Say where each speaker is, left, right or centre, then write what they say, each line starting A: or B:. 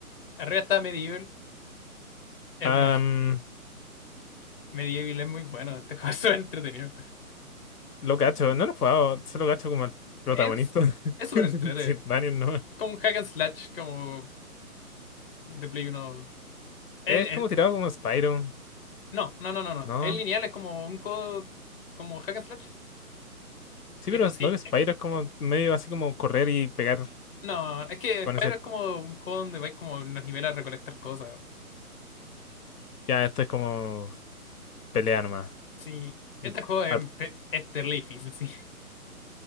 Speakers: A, on the left (about 40°); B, on the left (about 80°).
A: Arriba está Medieval. Es
B: Am,
A: muy- <laughs> Medieval es muy bueno. Este juego es súper entretenido.
B: lo cacho, no lo he jugado, solo cacho como el protagonista.
A: Es, es súper
B: <laughs>
A: entretenido.
B: Sir Daniel, ¿no?
A: Como un hack and slash, como de Play Uno. Es-
B: Es
A: es-
B: como tirado como Spyro,
A: no, no, no, no, no.
B: ¿no?
A: Es lineal, es como un juego como hack and slash.
B: Sí,
A: Eso
B: pero es-
A: sí.
B: no que Spyro
A: eh,
B: es como medio así como correr y pegar
A: No, es que
B: con
A: Spyro
B: ese.
A: es como un juego donde vais como en los niveles a recolectar cosas.
B: Ya, esto es como pelea nomás.
A: Sí,
B: Y-
A: este juego es,
B: ah,
A: te- es terrible difícil, sí. <laughs>